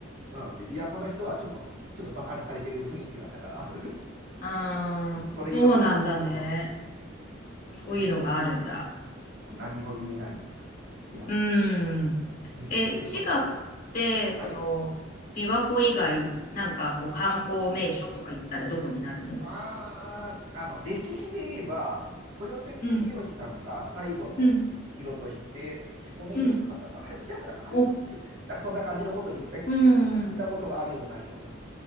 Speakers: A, on the right; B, on the left.
A: うん。で、琵琶湖の人はちょっと、ちょっとバカにされてる雰囲気だったから、
B: うーん、
A: うんそれ言わ、
B: そうなんだね。
A: うんそ
B: そういうのがあるんだ。
A: れもう何にも言えないみたいな。琵琶湖の
B: うん。
A: 水止めるぞ、
B: え、滋賀って、
A: みたいなはい。
B: その、琵琶湖以外、なんかこう観光名所とか行ったらどこになるの
A: ああ、あの、歴史で言えば、豊臣秀吉さんが最後の城として彦根城を使ったのか、
B: うん、うん、うん。
A: あれ、違ったかな、あれ、
B: お、
A: そうだ、ちょっとなんかそんな感じのことを言った、聞
B: うん、
A: いたことがあるような、ないような。